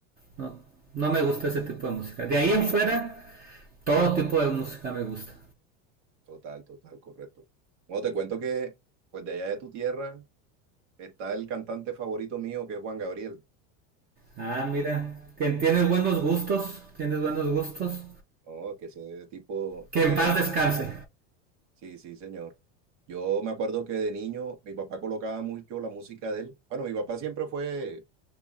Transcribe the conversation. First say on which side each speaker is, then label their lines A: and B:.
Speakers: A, on the right (about 25°); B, on the right (about 85°).
A: No, no me gusta ese tipo de música. De ahí en fuera, todo tipo de música me gusta.
B: Total, total, correcto. Bueno, te cuento que, pues de allá de tu tierra está el cantante favorito mío, que es Juan Gabriel.
A: Ah, mira, tien- tienes buenos gustos, tienes buenos gustos.
B: No, que ese tipo,
A: Que
B: desde
A: en paz descanse.
B: Sí, sí, señor. Yo me acuerdo que de niño mi papá colocaba mucho la música de él. Bueno, mi papá siempre fue